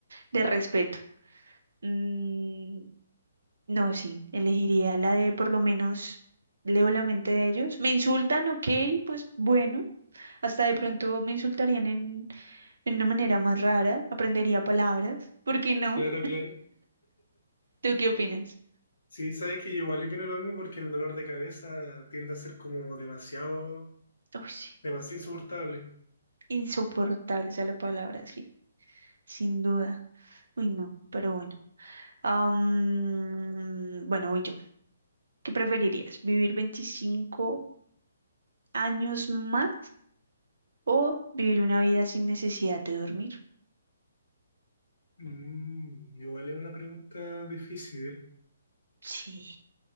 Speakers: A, on the right (about 65°); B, on the left (about 60°).
A: de respeto. Mm, no, sí, elegiría la de por lo menos leo la mente de ellos. Me insultan, ok, pues bueno, hasta de pronto me insultarían en, en una manera más rara, aprendería palabras, ¿por qué no?
B: claro, claro.
A: ¿Tú qué opinas?
B: Sí, sabes que yo igual opino lo mismo porque el dolor de cabeza tiende a ser como demasiado,
A: Uy, sí.
B: demasiado insoportable.
A: Insoportable, esa es la palabra, sí, sin duda. Uy, no, pero bueno. Am, bueno, voy yo. ¿Qué preferirías? ¿Vivir veinticinco años más o vivir una vida sin necesidad de dormir?
B: Mm, igual es una pregunta difícil.
A: Sí,